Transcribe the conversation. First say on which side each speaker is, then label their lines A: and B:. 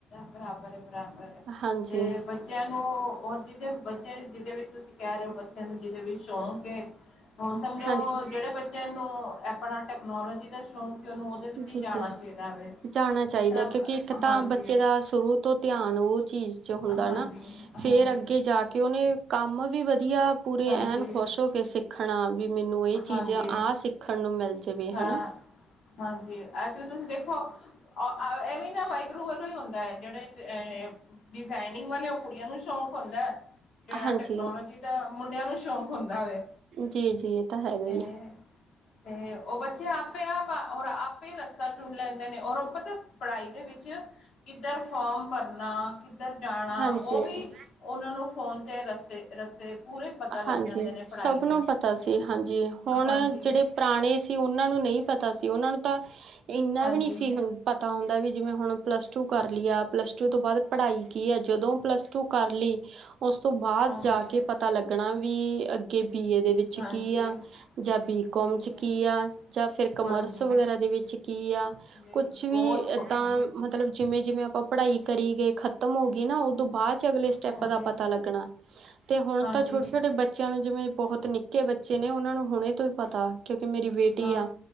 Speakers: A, on the left (about 75°); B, on the right (about 70°).
A: ਬਰਾਬਰ ਹੈ ਬਰਾਬਰ ਹੈ
B: ਹਾਂਜੀ
A: ਤੇ ਬੱਚੇਆਂ ਨੂੰ ਓ ਜਿਹਦੇ ਬੱਚੇਆਂ, ਜਿਹਦੇ ਵਿੱਚ ਤੁਸੀਂ ਕਹਿ ਰਹੇ ਹੋ, ਬੱਚੇਆਂ ਨੂੰ ਜਿਹਦੇ ਵਿੱਚ ਸ਼ੌਕ ਏ। ਹੁਣ ਸਮਝੋ
B: ਹਾਂਜੀ
A: ਜਿਹੜੇ ਬੱਚਿਆਂ ਨੂੰ ਆਪਣਾ ਟੈਕਨੋਲੋਜੀ ਦੱਸ ਓ- ਉਹਨੂੰ ਓਹਦੇ ਵਿੱਚ
B: ਜੀ
A: ਹੀ ਜਾਣਾ
B: ਜੀ
A: ਚਾਹੀਦਾ ਵੈ,
B: ਜਾਣਾ ਚਾਹੀਦਾ
A: ਜਿਸ ਤਰ੍ਹਾਂ
B: ਕਿਉਂਕਿ ਇੱਕ ਤਾਂ
A: ਹਾਂਜੀ
B: ਬੱਚੇ ਦਾ ਸ਼ੁਰੂ ਤੋਂ ਧਿਆਨ ਉਹ ਚੀਜ਼। ਹੁੰਦਾ
A: ਹਾਂਜੀ,
B: ਨਾ
A: ਹਾਂਜੀ,
B: ਫੇਰ ਅੱਗੇ ਜਾ ਕੇ ਉਹਨੇ ਕੰਮ ਵੀ ਵਧੀਆ ਪੂਰੇ
A: ਹਾਂਜੀ,
B: ਐਨ ਖੁਸ਼ ਹੋ ਕਿ ਸਿੱਖਣਾ ਵੀ ਮੈਨੂੰ ਇਹ
A: ਹਾਂਜੀ,
B: ਚੀਜ਼ ਆਹ ਸਿੱਖਣ ਨੂੰ ਮਿਲ ਜਾਵੇ ਹਨਾ।
A: ਹਾਂ। ਹਾਂਜੀ ਅੱਜ ਤੁਸੀਂ ਦੇਖੋ, ਅ-ਆ ਏਹ ਵੀ ਨਾ ਵਾਹਿਗੁਰੂ ਵੱਲੋਂ ਹੀ ਹੁੰਦਾ ਐ ਜਿਹੜੇ ਏ ਡਿਜ਼ਾਇਨਿੰਗ ਵਾਲੇ ਉਹ ਕੁੜੀਆਂ ਨੂੰ ਸ਼ੌਂਕ ਹੁੰਦਾ ਜਿਹੜਾ
B: ਹਾਂਜੀ
A: ਟੈਕਨੋਲੋਜੀ ਤਾਂ ਮੁੰਡਿਆਂ ਨੂੰ ਸ਼ੌਕ ਹੁੰਦਾ ਵੇ।
B: ਜੀ -ਜੀ ਏਹ ਤਾਂ ਹੈਗਾ
A: ਤੇ
B: ਹੀ ਏ।
A: ਤੇ ਔ ਬੱਚੇ ਆਪੇ ਆਪ ਹੋਰ ਆਪੇ ਹੀ ਰਸਤਾ ਚੁਣ ਲੈਂਦੇ ਨੇ ਔਰ ਉਹ ਪਤਾ ਪੜ੍ਹਾਈ ਦੇ ਵਿੱਚ ਕਿੱਧਰ ਫੋਮ ਭਰਨਾ। ਕਿੱਧਰ ਜਾਣਾ
B: ਹਾਂਜੀ
A: ਉਹ ਵੀ ਉਹਨਾਂ ਨੂੰ ਫੋਨ ਤੇ ਰਸਤੇ ਰਸਤੇ ਪੂਰੇ ਪਤਾ ਲੱਗ
B: ਹਾਂਜੀ,
A: ਜਾਂਦੇ ਨੇ ਪੜ੍ਹਾਈ
B: ਸਭ
A: ਦੇ
B: ਨੂੰ ਪਤਾ ਸੀ, ਹਾਂਜੀ ਹੁਣ
A: ਹਾਂਜੀ
B: ਜੇਹੜੇ ਪੁਰਾਣੇ ਸੀ ਉਹਨਾਂ ਨੂੰ ਨਹੀਂ ਪਤਾ ਸੀ ਉਹਨਾਂ ਨੂੰ ਤਾਂ ਇੰਨਾ
A: ਹਾਂਜੀ
B: ਵੀ ਨਹੀਂ ਸੀ ਹੁ ਪਤਾ ਹੁੰਦਾ ਵੀ ਜਿਵੇਂ ਹੁਣ ਪਲੱਸ-ਟੂ ਕਰ ਲੀ ਆ ਪਲੱਸ-ਟੂ ਤੋਂ ਬਾਅਦ ਪੜ੍ਹਾਈ ਕੀ ਆ ਜਦੋਂ ਪਲੱਸ ਤੂੰ ਕਰ ਲਈ ਓਸ ਤੋਂ ਬਾਅਦ
A: ਹਾਂਜੀ
B: ਜਾ ਕੇ ਪਤਾ ਲੱਗਣਾ ਵੀ ਅੱਗੇ ਬੀਏ ਦੇ ਵਿੱਚ
A: ਹਾਂਜੀ
B: ਕੀ ਆ, ਜਾਂ ਬੀਕੋਮ
A: ਨਹੀਂ
B: ਚ
A: ਨਹੀਂ
B: ਕੀ ਆ, ਜਾਂ ਫਿਰ ਕਾਮਰਸ
A: ਹਾਂਜੀ
B: ਵਗੈਰਾ ਦੇ ਵਿੱਚ ਕੀ ਆ
A: ਨਹੀਂ
B: ਕੁਛ ਵੀ
A: ਬਹੁਤ
B: ਏਦਾਂ
A: ਵੱਖਰਾ
B: ਮਤਲਬ ਜਿਵੇਂ -ਜਿਵੇਂ, ਆਪਾਂ ਪੜ੍ਹਾਈ ਕਰੀ ਗਏ ਖ਼ਤਮ ਹੋ ਗਈ ਨਾ ਉਦੋਂ ਬਾਅਦ 'ਚ ਅਗਲੇ ਸ <unintelligible>
A: ਹਾਂਜੀ
B: ਦਾ ਪਤਾ ਲੱਗਣਾ ਤੇ ਹੁਣ
A: ਹਾਂਜੀ
B: ਛੋਡੇ ਬੱਚਿਆਂ ਨੂੰ ਜਿਵੇਂ ਬਹੁਤ ਨਿੱਕੇ ਬੱਚੇ ਨੇ ਉਹਨਾ ਨੂੰ ਹੁਣੇ ਤੋਂ ਹੀ ਪਤਾ। ਕਿਉਂਕਿ ਮੇਰੀ ਬੇਟੀ
A: ਹਾਂ
B: ਆ